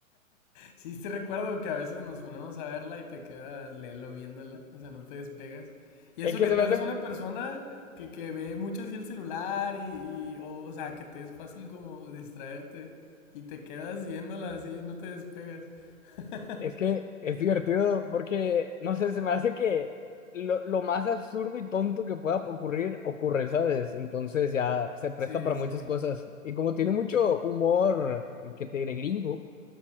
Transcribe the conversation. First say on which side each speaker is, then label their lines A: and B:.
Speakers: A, on the left (about 35°); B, on the left (about 65°).
A: Sí, te recuerdo que a veces nos ponemos a verla y te quedas lelo viéndola, o sea, no te despegas. Y
B: Es
A: eso
B: que
A: que
B: se
A: tú
B: me hace...
A: eres una persona que, que ve mucho así el celular y, y- o, o sea, que te es fácil como distraerte y te quedas viéndola así, no te despegas. <laughs>
B: Es que es divertido porque, no sé, se me hace que lo, lo más absurdo y tonto que pueda ocurrir, ocurre, ¿sabes? Entonces ya se presta
A: Sí,
B: para muchas
A: sí.
B: cosas. Y como tiene mucho humor, que te diré gringo,